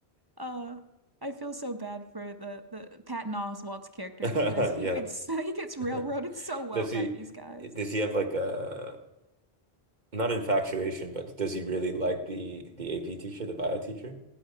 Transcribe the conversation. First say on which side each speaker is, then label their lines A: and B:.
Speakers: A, on the right; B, on the right.
A: uh, I feel so bad for the the Patton Oswalt's character
B: Yeah.
A: because he gets <laughs> he gets railroaded
B: <laughs>
A: so well
B: Does
A: by
B: he
A: these guys.
B: does he have like a not infatuation, but does he really like the the AP teacher, the bio teacher?